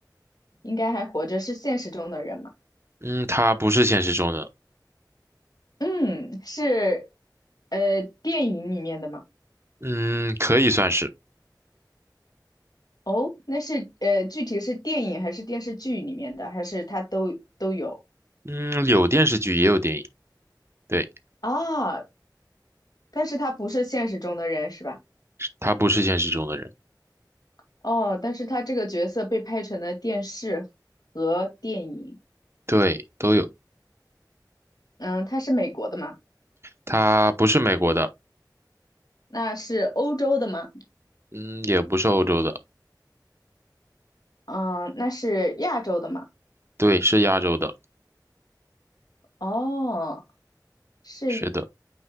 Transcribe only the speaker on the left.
应该还活着，是现实中的人吗？
嗯，是，呃，电影里面的吗？
哦，那是呃，具体是电影还是电视剧里面的，还是他都都有
啊？但是他不是现实中的人是吧？
哦，但是他这个角色被拍成了电视和电影。
嗯，他是美国的吗？
那是欧洲的吗？
嗯，那是亚洲的吗？
哦，是